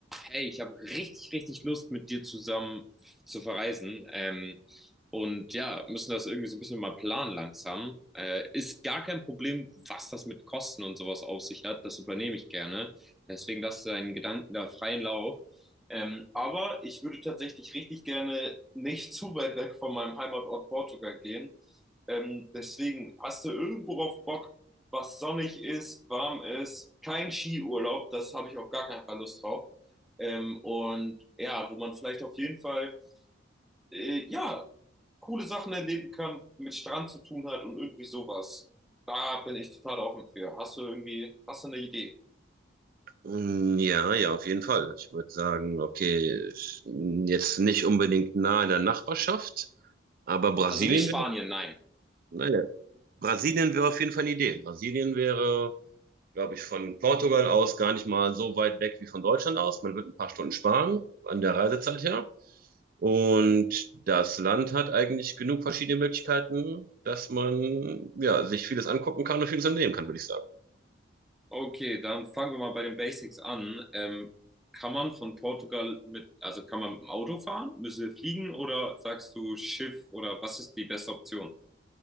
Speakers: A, in the centre; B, on the right.
A: hey, ich habe richtig, richtig Lust, mit dir zusammen zu verreisen. Ähm, und ja, müssen das irgendwie so ein bisschen mal planen langsam. Äh, ist gar kein Problem, was das mit Kosten und sowas auf sich hat. Das übernehme ich gerne. Deswegen lass deinen Gedanken da freien Lauf. Ähm, aber ich würde tatsächlich richtig gerne nicht zu weit weg von meinem Heimatort Portugal gehen. Ähm, deswegen hast du irgendwo auf Bock, was sonnig ist, warm ist, kein Skiurlaub, das habe ich auf gar keinen Fall Lust drauf. Ähm, und ja, wo man vielleicht auf jeden Fall, äh, ja, coole Sachen erleben kann, mit Strand zu tun hat und irgendwie sowas. Da bin ich total offen für. Hast du irgendwie, hast du eine Idee?
B: Mm, Ja, ja, auf jeden Fall. Ich würde sagen, okay, jetzt nicht unbedingt nah in der Nachbarschaft, aber Brasilien
A: Also nicht Spanien,
B: wäre,
A: nein.
B: naja, Brasilien wäre auf jeden Fall eine Idee. Brasilien wäre, glaube ich, von Portugal aus gar nicht mal so weit weg wie von Deutschland aus. Man wird ein paar Stunden sparen an der Reisezeit her. Und das Land hat eigentlich genug verschiedene Möglichkeiten, dass man, ja, sich vieles angucken kann und vieles unternehmen kann, würde ich sagen.
A: Okay, dann fangen wir mal bei den Basics an. Ähm, kann man von Portugal mit, also kann man mit dem Auto fahren? Müssen wir fliegen oder sagst du Schiff oder was ist die beste Option?